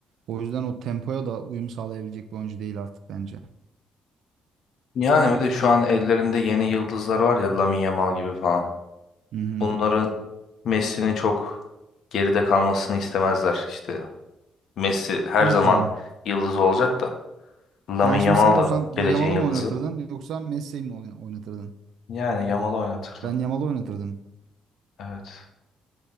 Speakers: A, on the right; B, on the left.
A: O yüzden o tempoya da uyum sağlayabilecek bir oyuncu değil artık bence.
B: Yani bir de şu an ellerinde yeni yıldızlar var ya Lamine Yamal gibi falan.
A: Hı hı.
B: Bunların Messi'nin çok geride kalmasını istemezler. İşte Messi her
A: Tabii
B: zaman
A: canım.
B: yıldız olacak da Lamine
A: Yani
B: Yamal
A: şimdi sen olsan
B: da geleceğin
A: Yamal'ı
B: yıldızı.
A: mı oynatırdın yoksa Messi'yi mi oyn- oynatırdın?
B: Yani Yamal'ı oynatırdım.
A: Ben Yamal'ı oynatırdım.
B: Evet.